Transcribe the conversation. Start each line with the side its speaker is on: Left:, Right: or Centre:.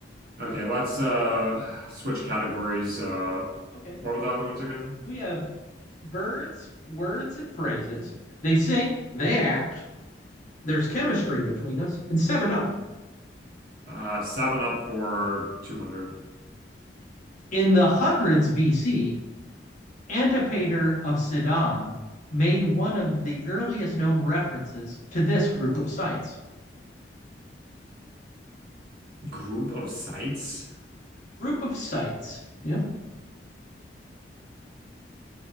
Right: Okay,
Left: winner.
Right: let's uh switch categories. Uh,
Left: Yeah, okay.
Right: what were the other ones again?
Left: We have birds, words, and phrases. They sing, they act. There's chemistry between us, and seven up.
Right: Uh, Seven Up for 200.
Left: In the hundreds BC, Antipater of Sidon made one of the earliest known references to this group of sites.
Right: Group of sites?
Left: Group of sites. Yep.